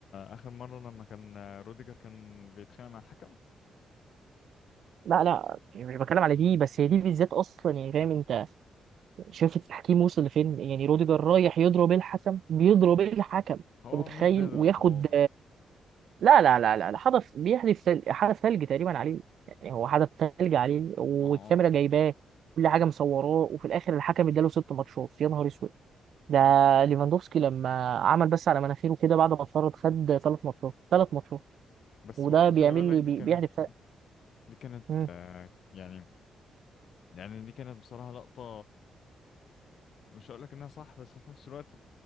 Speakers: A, on the left; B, on the right.
A: اخر مره لما كان روديجر كان بيتخانق مع الحكم
B: لا لا يعني مش بتكلم على دي بس هي دي بالذات اصلا يعني فاهم انت شايف التحكيم وصل لفين يعني روديجر رايح يضرب الحكم بيضرب الحكم انت
A: هو
B: متخيل
A: مش بيضرب
B: وياخد
A: هو
B: لا لا لا لا لا، حدث بيحدث ثل- حدث ثلج تقريبا عليه يعني هو حدث ثلج عليه والكاميرا
A: ما هو
B: جايباه كل حاجه مصوراه وفي الاخر الحكم اداله ست ماتشات يا نهار اسود ده
A: مم.
B: ليفاندوفسكي لما عمل بس على مناخيره كده بعد ما اتطرد خد ثلاث ماتشات ثلاث ماتشات
A: بس
B: وده
A: برضه
B: بيعمل
A: خلي بالك
B: لي
A: دي
B: بي-
A: كانت
B: بيحدث ثلج
A: دي كانت
B: مم.
A: آه، يعني يعني دي كانت بصراحه لقطه مش هقولك انها صح بس في نفس الوقت